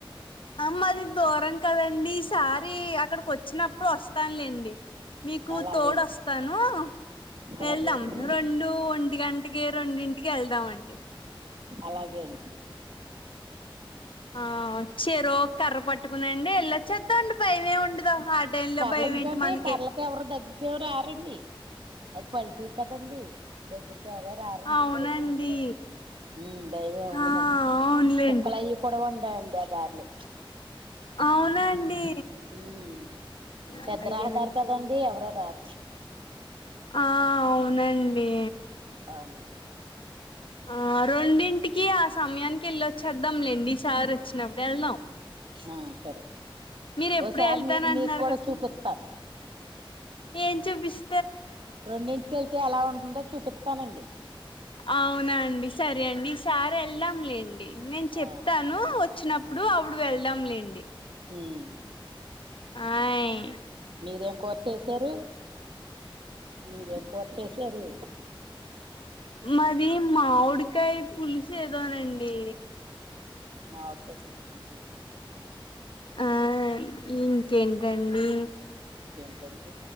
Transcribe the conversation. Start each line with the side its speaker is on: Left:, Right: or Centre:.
Left: అ మాది దూరం కదండి ఈసారి అక్కడికి వచ్చినప్పుడు వస్తానులేండి మీకు
Right: అలాగే
Left: తోడు
Right: అండి
Left: వస్తాను
Right: అలాగే
Left: వెళ్దాం
Right: అండి
Left: రెండు ఒంటి గంటకి రెండింటికి వెళ్దాం అండి
Right: అలాగేండి
Left: ఆ చెరో కర్ర పట్టుకునేండి వెళ్లి వచ్చేద్దాం అండి భైమే ఉండదు హ డైన్ లో
Right: కర్రలు
Left: భయ
Right: ఎందుకండి
Left: ఏంటి మనకీ
Right: కర్రలకి ఎవరు దగ్గరకి ఎవరు రారండి అది పల్లెటూరు కదండి దగ్గరకి ఎవరో రారండి
Left: అవునండి
Right: భయమే ఉండదండి ఉమ్ భయమే ఉండదండి
Left: ఆ అవునులేండి
Right: కుక్కల అవి కూడా ఉండయండి ఆ దారిలో
Left: అవునా అండి
Right: ఉమ్
Left: అలాగేనండి
Right: పెద్ద రహదారు కదండి ఎవరు రారు
Left: ఆ అవునండి
Right: అవును అండి
Left: ఆ రెండింటికి ఆ సమయానికి వెళ్ళి వచ్చేద్దాంలేండి ఈ సార్ వచ్చినప్పుడు వెళ్దాం
Right: ఆ సరే
Left: మీరు ఎప్పుడు
Right: ఓసారి
Left: వెళ్తాన
Right: మీ
Left: అంటున్నారు
Right: మీకు కూడా
Left: కదా
Right: చూపిత
Left: ఏం చూపిస్
Right: రెండింటికెళ్తే ఎలా ఉంటుందో చూపిస్తానండి
Left: అవునా అండి సరే అండి ఈసారి వెళ్దాంలేండి నేను చెప్తా
Right: ఆ,
Left: ను వచ్చినప్పుడు అప్పుడు వెళ్దాం లేండి
Right: ఉమ్
Left: ఆయి
Right: మీరేం కూర చేసారు మీరేం కూర చేసారు
Left: మాది మామిడికాయ పులుసు ఏదోనండి
Right: మామిడికాయ పులుసా అండి
Left: ఆయ్ ఇంకేంటండి
Right: ఏంటండి